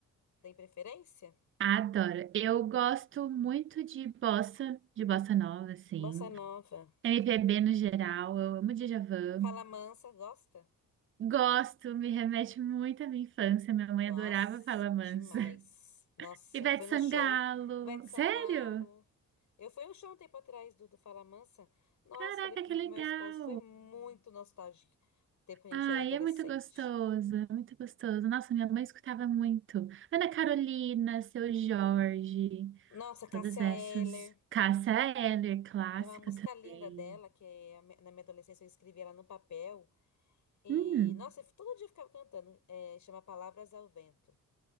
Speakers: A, on the left; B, on the right.
A: tem preferência?
B: Adoro. Eu gosto muito de bossa, de bossa nova, assim.
A: Bossa nova.
B: MPB no geral, eu amo Djavan.
A: Fala mansa, gosta?
B: Gosto, me remete muito à minha infância. Minha mãe
A: Nossa,
B: adorava Fala Mansa.
A: demais.
B: <laughs>
A: Nossa,
B: Ivete
A: foi
B: Sangalo.
A: no show. Ivete Sangalo.
B: Sério?
A: Eu fui no show um tempo atrás do, do Fala Mansa. Nossa,
B: Caraca,
A: falei pro
B: que legal!
A: meu esposo, foi muito nostálgico. O tempo que a gente
B: Ai,
A: era adolescente.
B: é muito gostoso, é muito gostoso. Nossa, minha mãe escutava muito. Ana Carolina, Seu Jorge,
A: Nossa, Cássia
B: todas essas.
A: Eller.
B: Cássia Eller, clássica
A: Tem uma música
B: também.
A: linda dela, que é a mi- na minha adolescência eu escrevi ela no papel. E,
B: Hum.
A: nossa, eu todo dia eu ficava cantando. É, chama Palavras ao Vento.